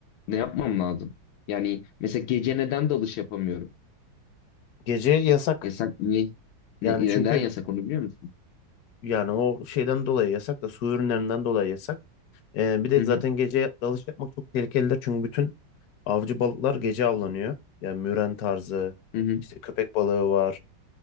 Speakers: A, on the left; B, on the left.
A: Ne yapmam lazım? Yani mesela gece neden dalış yapamıyorum?
B: Gece yasak.
A: Yasak ne,
B: Yani
A: ne-
B: çünkü
A: neden yasak onu biliyor musun?
B: yani o şeyden dolayı yasak da su ürünlerinden dolayı yasak. Eee, bir de
A: Hı
B: zaten
A: hı
B: gece dalış yapmak çok tehlikelidir. Çünkü bütün avcı balıklar gece avlanıyor. Yani müren tarzı,
A: hı hı
B: işte köpek balığı var.